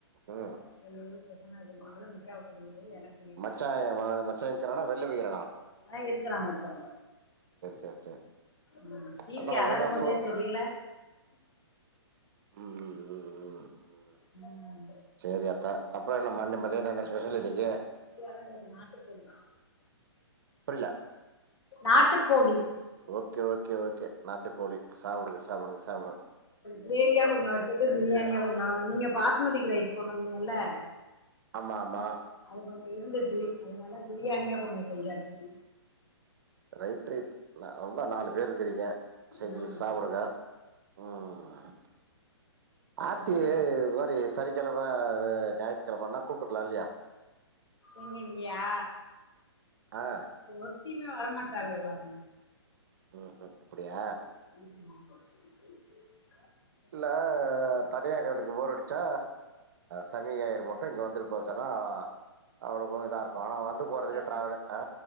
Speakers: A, on the right; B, on the left.
A: ம்
B: ஹலோ பிரசன்னா <unintelligible> நிஷா <unintelligible> எனக்
A: மச்சா ஏ மச்சா நிக்றானா வெள்ள போயிக்றானா
B: ஆ இருக்றா இருக்றா
A: சேரி சேரி
B: ம் டிவி
A: அதா அவனுக்குதா
B: அலறும்போதே
A: ஃபோ
B: தெரியல
A: ம் ம் ம் ம்.
B: ம்
A: சேரி அத்த அப்றோ என்ன மண்ட மத்யானோ என்ன ஸ்பெஷல் இன்னைக்கி
B: மத்யானோ இன்னைக்கி நாட்டுக்கோழி
A: புரியல
B: நாட்டுக்கோழி
A: ஓகே ஓகே ஓகே நாட்டுக்கோழி சாப்டுங்க சாப்டுங்க சாப்டுங்க
B: கிரேவியா கொஞ்சோ வச்சுட்டு பிரியாணியா கொஞ்சோ நீங்க பாஸ்மதிக்கு ரைஸ் கொண்ட்டு வந்தீங்கல்ல
A: ஆமா ஆமா
B: அது கொஞ்சோ இருந்துச்சு அதனால பிரியாணியா கொஞ்சோ செஞ்சாச்சு
A: ரைட் ரைட் அவ்ளோதா நாலு பேர் இருக்கிறீங்க செஞ்சு
B: ம்
A: சாப்டுங்க ம் ஆர்த்தி
B: நீங்க
A: இது மாரி சனிக்கெழம ஞாயிற்றுக்கெழமனா கூப்டுருக்கலா இல்லையா
B: எங்க இங்கேயா
A: ஆ
B: ஒருத்தியுமே வரமாட்டாலுவலாமே
A: ம் ம் அப்படியா
B: ம்
A: இல்ல தனியாருக்கறதுக்கு போறடிச்சா சனி ஞாயிறு மட்டு இங்க வந்துட் போ சொன்னா அவளுக்கு இதாருக்கு ஆனா வந்து போறதுக்கே
B: அவ
A: டிராவல்லு அ